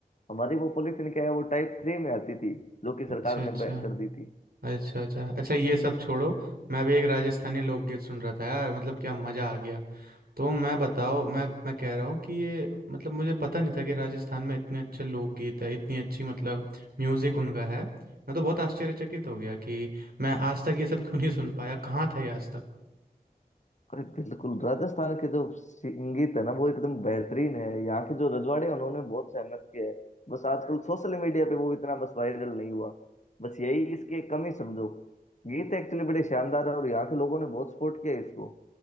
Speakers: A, on the left; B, on the right.
A: हमारी वो पॉलीथीन क्या है वो टाइप थ्री में आती थी जो कि
B: अच्छा
A: सरकार
B: अच्छा
A: ने बैन कर दी थी
B: अच्छा अच्छा अच्छा ये सब छोड़ो मैं भी एक राजस्थानी लोकगीत सुन रहा था यार मतलब क्या मज़ा आ गया तो मैं बताओ मैं मैं कह रहा हूँ कि ये मतलब मुझे पता नहीं था कि राजस्थान में इतने अच्छे लोकगीत है इतनी अच्छी मतलब म्यूज़िक उनका है मैं तो बहुत आश्चर्यचकित हो गया कि मैं आज तक ये सब क्यों नहीं सुन पाया कहाँ था ये आज तक
A: अरे बिल्कुल राजस्थान के जो संगीत है ना वो एकदम बेहतरीन है यहाँ के जो रजवाड़े हैं, उन्होंने बहुत सहमत किया है बस आजकल सोशल मीडिया पे वो इतना बस वायरल नहीं हुआ बस यही इसकी एक कमी समझो गीत एक्चुअली बड़े शानदार है और यहाँ के लोगों ने बहुत सपोर्ट किया है इसको